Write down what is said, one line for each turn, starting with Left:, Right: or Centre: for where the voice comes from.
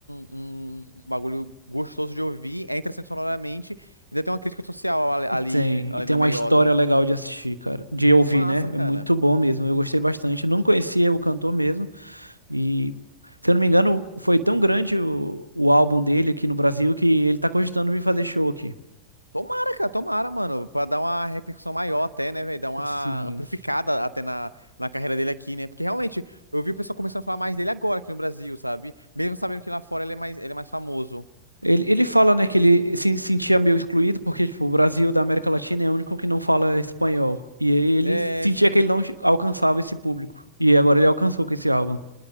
Left: um, um bagulho gostoso de ouvir, é interessante sonoramente, ainda tem uma crítica social ali,
Right: E
Left: ali
Right: tem,
Left: ali
Right: e tem
Left: na
Right: uma
Left: meiota.
Right: história legal de assistir, cara. De ouvir,
Left: Massa,
Right: né?
Left: cara.
Right: É muito bom mesmo. Eu gostei bastante. Não conhecia o cantor mesmo. E, se eu não me engano, foi tão grande o, o álbum dele aqui no Brasil que ele tá cogitando vir fazer show aqui.
Left: Tomara, cara, tomara, mano, pra dar uma repercussão maior até, né, velho, dar uma
Right: Sim.
Left: amplificada até na, na carreira dele aqui, né, porque realmente, eu vi o pessoal começando a falar mais dele agora aqui no Brasil, sabe, mesmo sabendo que lá fora ele é mais, ele é mais famoso.
Right: Ele, ele fala, né, que ele se sentia meio excluído, porque, tipo, o Brasil da América Latina é o único que não fala espanhol. E aí ele
Left: É,
Right: sentia
Left: sim.
Right: que ele não alcançava esse público. E agora ele alcançou com esse álbum.